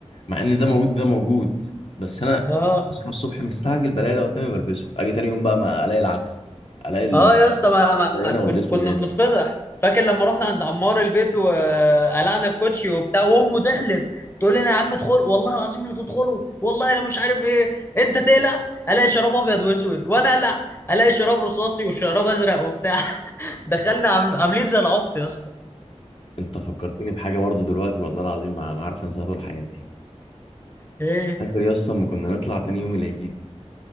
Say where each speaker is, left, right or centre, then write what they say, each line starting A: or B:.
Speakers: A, on the left (about 55°); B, on the left (about 20°).
A: مع ان ده موجود ده موجود بس انا
B: اه
A: اصحى الصبح مستعجل بلاقي ده قدامي بلبسه اجي تاني يوم بقى ما الاقي العكس الاقي
B: اه يا اسطى ما,
A: البريانه
B: ما كن
A: والاسود
B: كنا
A: ايه
B: بنتفضح فاكر لما رحنا عند عمار البيت وقلعنا الكوتشي وبتاع وامه تحلف تقول لنا يا عم ادخل والله العظيم لا تدخلوا والله انا مش عارف ايه انت تقلع الاقي شراب ابيض واسود وانا اقلع الاقي شراب رصاصي وشراب ازرق وبتاع <laughs> دخلنا عامل- عاملين زي العبط يا اسطى
A: انت فكرتني بحاجه برضه دلوقتي والله العظيم ما ما عارف انساها طول حياتي
B: ايه
A: فاكر يا اسطى لما كنا نطلع تاني يوم العيد